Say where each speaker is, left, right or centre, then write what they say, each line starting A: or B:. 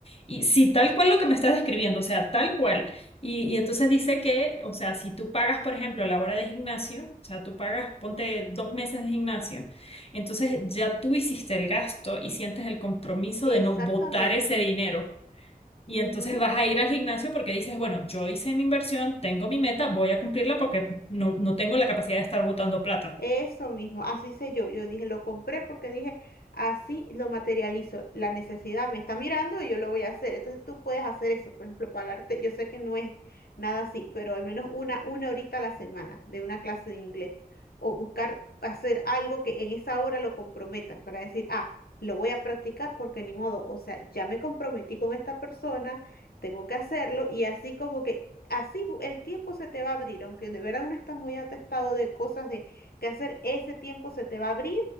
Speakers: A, on the left (about 40°); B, on the left (about 80°).
A: y si tal cual lo que me estás describiendo, o sea, tal cual. Y, y entonces dice que, o sea, si tú pagas, por ejemplo, la hora de gimnasio, o sea, tú pagas, ponte dos meses de gimnasio, entonces ya tú hiciste el gasto y sientes el compromiso
B: Exactamente.
A: de no botar ese dinero. Y
B: Ujú.
A: entonces vas a ir al gimnasio porque dices, bueno, yo hice mi inversión, tengo mi meta, voy a cumplirla porque no, no tengo la capacidad de estar botando plata.
B: Eso mismo, así sé yo. Yo dije, lo compré porque dije, así lo materializo. La necesidad me está mirando y yo lo voy a hacer. Entonces tú puedes hacer eso, por ejemplo, pagarte. Yo sé que no es nada así, pero al menos una, una horita a la semana de una clase de inglés. O buscar hacer algo que en esa hora lo comprometas para decir, ah, lo voy a practicar porque ni modo. O sea, ya me comprometí con esta persona, tengo que hacerlo y así como que... Así el tiempo se te va a abrir, aunque de verdad uno está muy atestado de cosas de que hacer, ese tiempo se te va a abrir